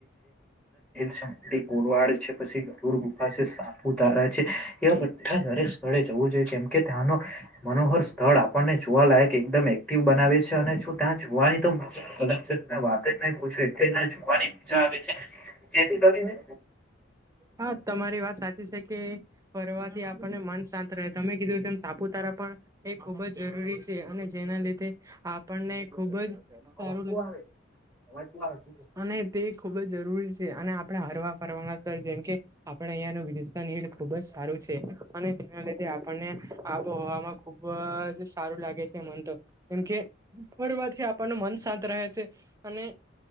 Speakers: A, in the centre; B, on the right.
A: શદય ગોવાડ છે. પછી ગરડ ગુફા છે. સાપુ તારા. એ બા દરેક સ્થળે જવું જોઈએ. જેમ કે ધ્યાનો. મનોહર સ્થળ આપણને જોવાલાયક એકદમ એક. બનાવે છે અનેું ત્યાં જોવાની તો અલગ છે ત વાત જ પૂું એટલે ત જોવાની વિ. જેથી કરીને.
B: હા! તમારી વાત સાચી છે કે ફરવાથી આપણને મન શાંત રહે તમે કીધું તેમમ સાપુતારા. પણ એ ખુબ જ જરૂરી છે અને જેના લીધે. આપણને ખુબ જ સારું
A: અવાજો
B: લાગત.
A: આવે અવાજો આવે
B: અને તે ખુબ જ જરૂરી છે અને આપ હરવા ફરવાના સ્થ જેમ કે આપણે અહિયાયાનું વિજસ્થાન હિલ ખુબ જ સારું છે અને તેના લીધે આપણને આબોહવામાં ખુબ જ સારું લાગે છે મને તો કેમ કે ફોરવાથી આપણનું મન શાંત રહે છે અને